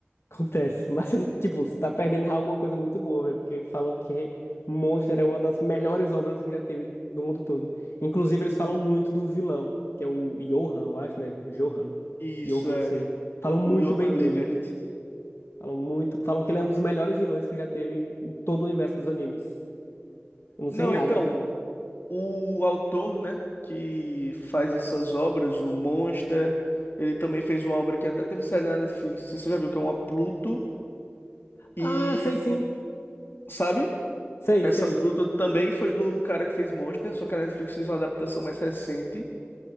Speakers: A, on the left (about 75°); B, on the left (about 55°).
A: Acontece, <laughs> mas você, não- tipo, você tá perdendo alguma coisa muito boa, velho, porque falam que Monster é uma das melhores obras que já teve no mundo todo. Inclusive, eles falam muito do vilão, que é o Johan, eu acho, né? Johan.
B: Isso
A: Johan, não
B: é,
A: sei. Falam muito
B: o Johann
A: bem dele.
B: Liebert.
A: Falam muito, falam que ele é um dos melhores vilões que já teve em, em todo o universo dos animes. Eu não
B: Não,
A: sei nada
B: então,
A: dele.
B: o autor, né, que faz essas obras, o Monster, ele também fez uma obra que até teve série na Netflix, não sei se você já viu, que é uma Pluto. E.
A: Ah, sei sim.
B: Sabe?
A: Sei,
B: Essa
A: sei.
B: Pluto também foi do cara que fez Monster, só que a Netflix fez uma adaptação mais recente.